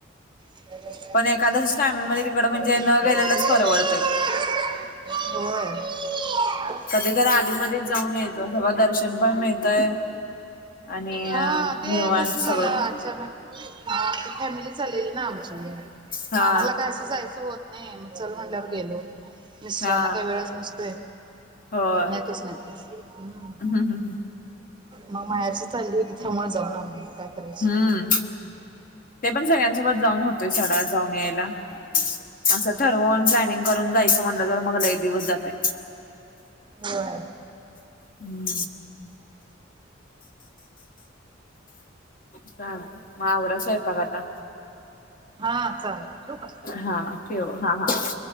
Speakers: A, on the right; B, on the left.
A: <inaudible>
B: पण एकादशीच्या टायमिंग मध्ये तिकड म्हणजे न गेलेलंच परवडतय
A: होय.
B: कधी तर आधीमध्येच जाऊन यायचं सगळ दर्शन पण मिळतय. आणि
A: हा ते
B: निवांत
A: कस झालं
B: सगळं
A: अचानक ह ते फॅमिली चालेली ना मग
B: हा
A: आम्हाला काय असं जायचं होत नाही मग चल म्हणल्यावर गेलो. मिस्टरना
B: हा
A: काही वेळस नसतोय.
B: होय
A: नेतच नाहीेत कुठ हम्.
B: हम्म
A: मग मायारची चालली होती त्यामुळे जाऊन आलो मग काय. करायचं
B: हम्म ते पण सगळ्यांसोबत जाऊन होतोय सोडा जाऊन याय असं ठरवून प्लॅनिंग करून जायचं म्हणलं जर मगला एक दिवस जातय.
A: होय
B: हम्म चालतंय मग आवरा स्वयपाक आता.
A: हा चालतय ठेऊ का?
B: हा ठेव हा हा.